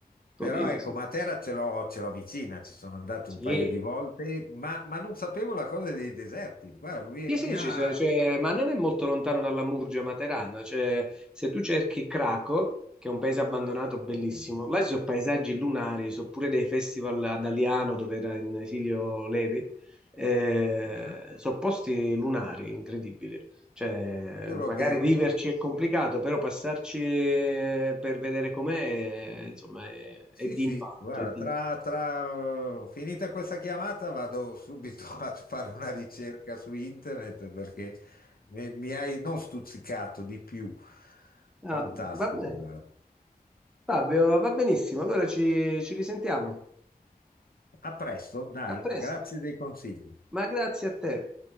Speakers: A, in the centre; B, on the left.
A: pochino
B: Però ecco,
A: sì.
B: Matera ce l'ho ce l'ho vicina, ci sono andato
A: Sì,
B: un paio di volte, ma, ma non sapevo la cosa dei deserti. Guarda, mi,
A: sì,
B: mi
A: sì,
B: ha...
A: ci sei- cioè, ma non è molto lontano dalla Murgia Materana, cioè, se tu cerchi Craco, che è un paese abbandonato bellissimo,
B: ok.
A: là ci sono paesaggi lunari, ci sono pure dei festival ad Aliano dove era in esilio Levi, eh,
B: Ah.
A: sono posti lunari, incredibili, cioè,
B: Giuro
A: magari
B: che
A: viverci è complicato, però passarci eh, per vedere com'è, eh, insomma, è, è
B: Sì,
A: di
B: sì,
A: impatto,
B: guarda,
A: è di
B: tra,
A: impatto.
B: tra- finita questa chiamata vado subito <laughs> a fare una ricerca su internet perché mi, mi hai non stuzzicato di più.
A: Ah,
B: Fantastico,
A: Va bene,
B: guarda.
A: Fabio, va benissimo, allora ci ci risentiamo.
B: A presto, dai,
A: A presto,
B: grazie dei consigli.
A: ma grazie a te.